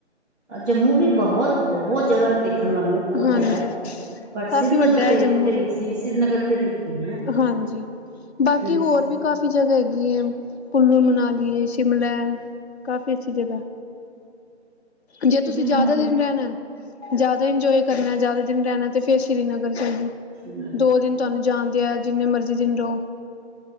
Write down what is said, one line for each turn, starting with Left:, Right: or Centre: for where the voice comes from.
Right: ਅ ਜੰਮੂ ਵੀ ਬਹੁਤ, ਬਹੁਤ ਜਗ੍ਹਾ ਨੇ ਦੇਖਣ ਵਾਲੀਆਂ। ਬਹੁਤ
Left: ਹਾਂਜੀ।
Right: ਜ਼ਿਆਦਾ ਪਰ
Left: ਕਾਫ਼ੀ
Right: ਸ੍ਰੀਨਗਰ
Left: ਵੱਡਾ
Right: ਤੇ
Left: ਹੈ
Right: ਉਹਦੀ
Left: ਜੰਮੂ
Right: ਤੇ
Left: ਵੀ
Right: ਰੀਸ ਨਹੀਂ ਸ੍ਰੀਨਗਰ ਤੇ ਰੀਸ ਨਹੀਂ
Left: ਹਾਂਜੀ
Right: ਹੈ।
Left: ਬਾਕੀ
Right: ਉਹਦੀ ਰੀਸ
Left: ਹੋਰ
Right: ਨਹੀਂ
Left: ਵੀ ਕਾਫ਼ੀ ਜਗ੍ਹਾ ਹੈਗੀ ਏ ਕੁੱਲੂ ਮਨਾਲੀ ਏ‌ ਸ਼ਿਮਲਾ ਕਾਫੀ ਅੱਛੀ ਜਗ੍ਹਾ ਜੇ
Right: ਕੁੱਲੂ
Left: ਤੁਸੀਂ
Right: ਮਨਾਲੀ
Left: ਜ਼ਿਆਦਾ ਦਿਨ ਰਹਿਣੈ ਜ਼ਿਆਦਾ ਇੰਜੋਏ ਕਰਨਾ ਜ਼ਿਆਦਾ ਦਿਨ ਰਹਿਣੈ ਤੇ ਫਿਰ ਸ੍ਰੀਨਗਰ ਚਲੇਜੋ।
Right: ਸ੍ਰੀਨਗਰ
Left: ਦੋ
Right: ਜਾਈਏ
Left: ਦਿਨ ਤੁਹਾਨੂੰ
Right: ਫਿਰ
Left: ਜਾਣਦੇ ਆ, ਜਿੰਨੇ ਮਰਜ਼ੀ ਦਿਨ ਰਹੋ।